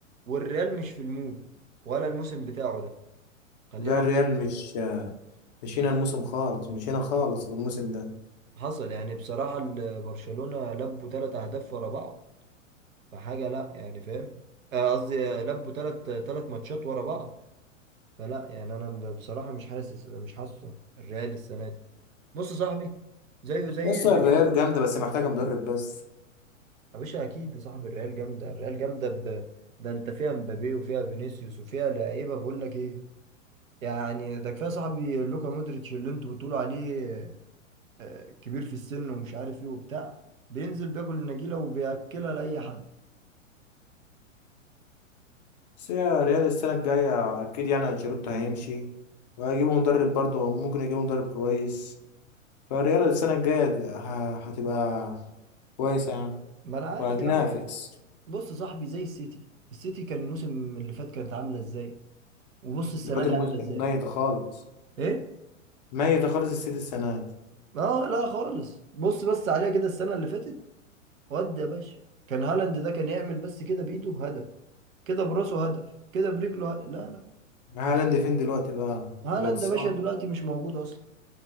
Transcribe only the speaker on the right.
والريال مش في المود ولا الموسم بتاعه ده خلينا
حصل يعني بصراحه ال- برشلونه لبوا ثلاث اهداف ورا بعض فحاجه لا يعني فاهم آه، قصدي آه، لبوا ثلاث ثلاث ماتشات ورا بعض فلا يعني انا ب- بصراحه مش حاسس مش حاسس الريال السنه دي بص يا صاحبي زيه زي
مانشستر
يا باشا اكيد يا صاحبي الريال جامده الريال جامده ب... ده انت فيها مبابي وفيها فينيسيوس وفيها لعيبه بقول لك ايه يعني ده كفايه يا صاحبي لوكا مودريتش اللي انتوا بتقولوا عليه آه، كبير في السن ومش عارف ايه وبتاع بينزل بياكل النجيله وبياكلها لاي حد
ما انا عارف
يا عم بص يا صاحبي زي السيتي السيتي كان الموسم اللي فات كانت عامله ازاي وبص السنه
دي
عامله ازاي
ايه
اه لا خالص بص بس عليها كده السنة اللي فاتت ودي يا باشا كان هالاند ده كان يعمل بس كده بإيده هدف كده براسه هدف كده برجله هدف. لا لا
هالاند
يا باشا دلوقتي مش موجود أصلا